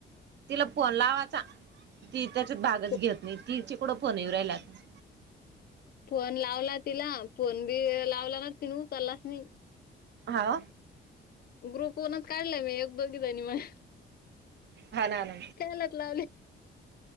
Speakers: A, on the right; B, on the left.
A: तिला फोन लावाचा ती त्याच्यात भागच
B: फो-
A: घेत नाही ती चिकडं फोन राहिला आता
B: फोन लावला तिला फोन बी लावला ना तिन उचललास नाही
A: हा
B: ग्रुपनच काढला मी एक दोघी जनी मग
A: हा ना ना
B: खलात लावले